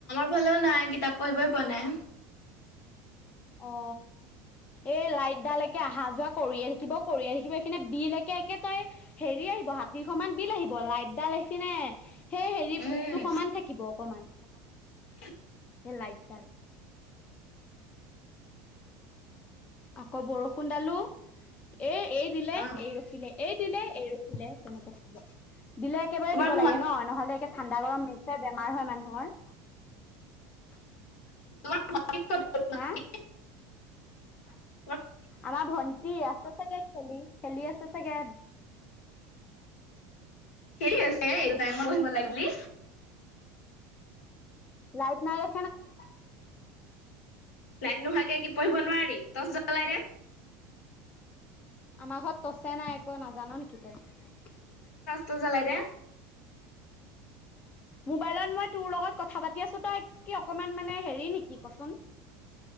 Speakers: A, on the left (about 80°); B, on the left (about 20°).
A: ল নাই কৰিবই পোৱা নাই
B: অ এই লাইট ডালকে অহা যোৱা কৰিয়ে থাকিব কৰিয়ে থাকিব নে বিল একে একে তই হেৰি আহিব হাতী সমান বিল আহিব লাইটডাল সি কিনে সেই হে হেৰি
A: উম
B: পোকটো সমান থাকিব অকমান
A: <unintelligible>
B: এ লাইট দাল আকৌ বৰষুণ দালো এ এই দিলে,
A: অ
B: এই ৰখিলে, এই দিলে, এই ৰখিলে তেনেকে থাকিব দিলে একেবাৰে
A: তোমাৰ
B: দিব
A: ভ
B: লাগে ন নহলে একে ঠাণ্ডা গৰম মিক্স হৈ বেমাৰ হয় মানুহৰ <unintelligible>
A: <inaudible>
B: হা আমাৰ ভন্টি আছে চাগে খেলি খেলি আছে চাগে
A: খেলি আছে এইটোটাইমই পঢ়িব লাগে বুলি
B: লাইট নাই এ
A: <unintelligible> লাইট নোহোৱাকে কি পঢ়িব নোৱাৰি <unintelligible> <inaudible>
B: আমাৰ ঘৰত তছে নাই একো নাজান নেকি তই?
A: টো জ্বলাই দে।
B: মোবাইলত মই তোৰ লগত কথা পা টি আছো তই কি অকমান মানে হেৰি নেকি কচোন!